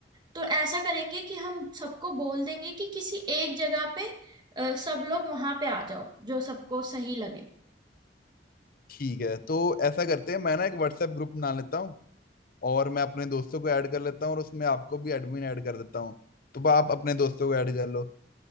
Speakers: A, on the right; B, on the left.
A: तो ऐसा करेंगे कि हम सबको बोल देंगे कि किसी एक जगह पे अ, सब लोग वहां पे आ जाओ जो सबको सही लगे
B: ठीक है तो ऐसा करते हैं मैं ना एक व्हाट्सएप ग्रुप बना लेता हूँ और मैं अपने दोस्तों को ऐड कर लेता हूँ और उसमें आपको भी एडमिन ऐड कर देता हूँ तो आप अपने दोस्तों को ऐड कर लो